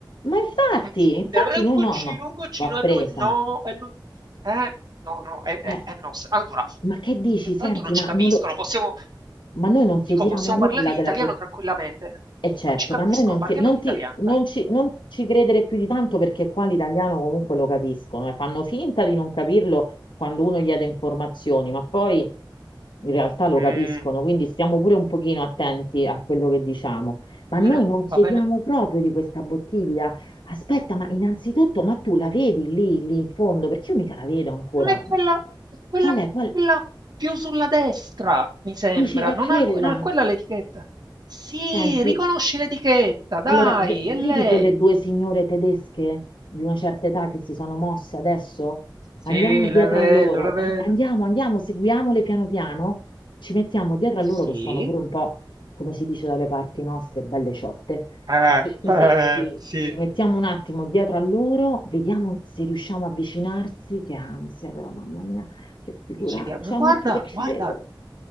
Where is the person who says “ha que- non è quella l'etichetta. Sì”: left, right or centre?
Right